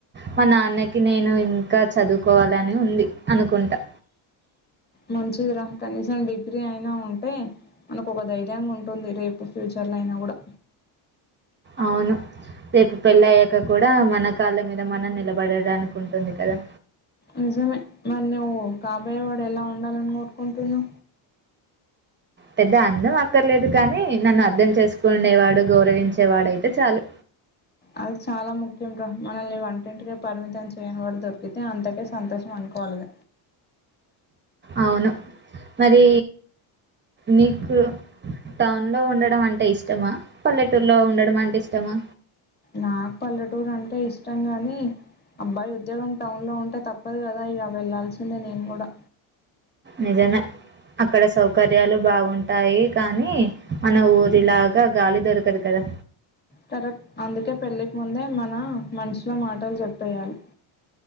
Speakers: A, on the right; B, on the left.
A: మా నాన్నకి నేను ఇంకా చదువుకోవాలని ఉంది అనుకుంటా
B: మంచిదిరా కనీసం డిగ్రీ అయినా ఉంటే మనకు ఒక ధైర్యంగా ఉంటుంది రేపు ఫ్యూచర్ లో అయినా కూడా
A: అవును రేపు పెళ్ళి అయ్యాక కూడా మన కాళ్ళ మీద మనం నిలబడడానికి ఉంటుంది కదా
B: నిజమే మరి నువ్వు కాబాయవాడు ఎలా ఉండాలని కోరుకుంటున్నా
A: పెద్ద అందం అక్కర్లేదు కానీ నన్ను అర్థం చేసుకుండేవాడు గౌరవించేవాడుయితే చాలు
B: అది చాలా ముఖ్యం మనల్ని వంటింటిక పరిమితం చేయని వాడు దొరికితే అంతకే సంతోషం అనుకోవాలిద
A: అవును మరి నీకు టౌన్లో ఉండడం అంటే ఇష్టమా పల్లెటూరులో ఉండడం అంటే ఇష్టమా
B: నాకు పల్లెటూరు అంటే ఇష్టం గాని అబ్బాయి ఉద్యోగం టౌన్ లో ఉంటే తప్పదు కదా ఇక వెళ్లాాల్సిందే నేను కూడా
A: నిజమే అక్కడ సౌకర్యాలు బాగుంటాయి కానీ మన ఊరిలాగా గాలి దొరకదు కదా
B: కరెక్ అందుకే పెళ్ళికి ముందే మన మనషలో మాటలు చెప్పేయాలి